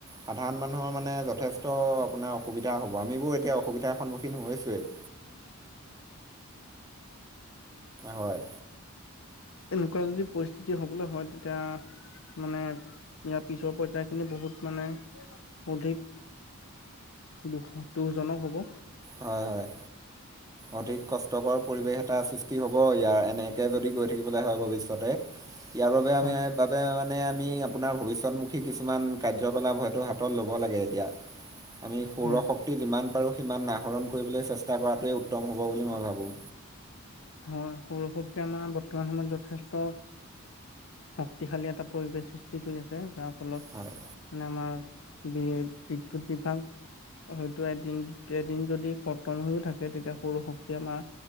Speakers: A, on the right; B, on the left.
A: সাধাৰণ মানুহৰ মানে যথেষ্ট আপোনাৰ অসুবিধা। হ'ব আম বোৰ এতিয়া অসুবিধাৰ সন্মুখীন হৈছোৱেই। হয়
B: উম। এনেকোৱা যদি পৰিস্থিতি হ'বলৈ হয় তেতিয়া মানে ইয়াৰ পিছৰ পইতাখিনি বহুত মানে অধিক দুশ দুজনক হ'ব
A: হয় হয় অধিক কষ্টকৰ পৰিৱেশ এটা সৃষ্টি হব ইয়াৰ এনে যদি গৈ থাকিবলৈ হয় ভৱিষ্যতে ইয়াৰ বাবে
B: হয়
A: আমি বাবে আমি আপোনাৰ ভৱিষ্যতমুখী কিছুমান কাৰ্যকলাপ হয়তো হাতত ল'ব লাগে তিয়া আমি সৌৰশক্তি
B: হয়
A: যিমান পাৰোঁ সিমান আহ আহৰণ কৰিবলৈ চেষ্টা। চা কৰাটোৱে উত্তম হ'ব বুলি মই ভাবোঁ।
B: হয় সৰু সৰুতে আমাৰ বৰ্তমান সময়ত যথেষ্ট। শক্তিশালী এটা পৰিৱেশ সৃষ্টি কৰি আছে যাৰ ফলত
A: হয়,
B: মানে আমাৰ। বি বিদ্যুৎ বিভাগ। হয়তো এদিন এদিন যদি কটন হৈও থাকে তেতিয়া সৰু শক্তি আমাৰ